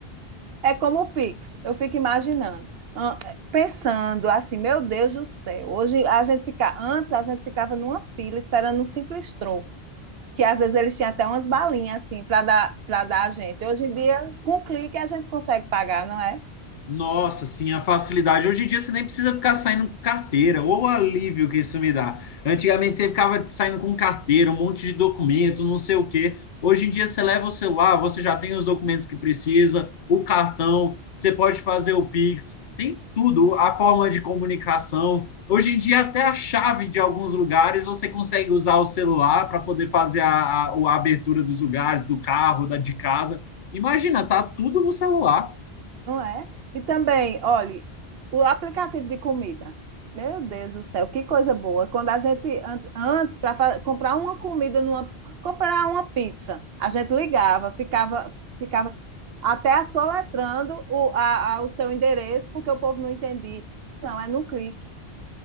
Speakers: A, on the right (about 70°); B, on the left (about 55°).
A: É como o Pix, eu fico imaginando, ah, pensando assim, meu Deus do céu, hoje a gente fica, antes a gente ficava numa fila esperando um simples troco, que às vezes eles tinham até umas balinhas assim para dar para dar a gente. Hoje em dia, com um clique a gente consegue pagar, não é?
B: Nossa, sim, a facilidade. Hoje em dia você nem precisa ficar saindo com carteira, ou o alívio que isso me dá. Antigamente você ficava saindo com carteira, um monte de documento, não sei o quê. Hoje em dia você leva o celular, você já tem os documentos que precisa, o cartão, você pode fazer o Pix, tem tudo, a forma de comunicação. Hoje em dia até a chave de alguns lugares você consegue usar o celular para poder fazer a, a, a abertura dos lugares, do carro, da de casa. Imagina, tá tudo no celular.
A: Não é? E também, olhe, o aplicativo de comida. Meu Deus do céu, que coisa boa. Quando a gente, an- antes, para comprar uma comida, numa, comprar uma pizza, a gente ligava, ficava, ficava até soletrando o, a, a- o seu endereço, porque o povo não entendia. Não, é no clique.